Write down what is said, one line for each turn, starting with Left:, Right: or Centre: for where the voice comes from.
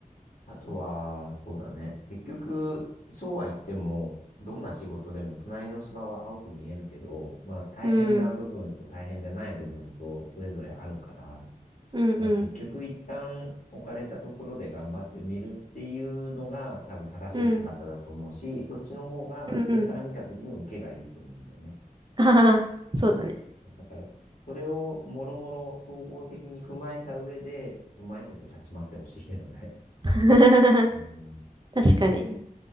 Left: あとは、そうだね。結局、そうは言っても、どんな仕事でも隣の芝は青く見えるけど、まあ大変な部分と大変じゃない部分とそれぞれあるから、
Right: うん。うんうん。
Left: まあ結局一旦置かれたところで頑張ってみるっていうのが多分正しい姿だと思うし、
Right: うん。
Left: そっちの方が上から見た時の受けがいいと思うんだよね。
Right: うんうん。<laughs> あははそうだね。
Left: だからそれをもろもろ総合的に踏まえた上で、うまいこと立ち回ってほしいけどね。
Right: <laughs>
Left: うん、
Right: 確かに。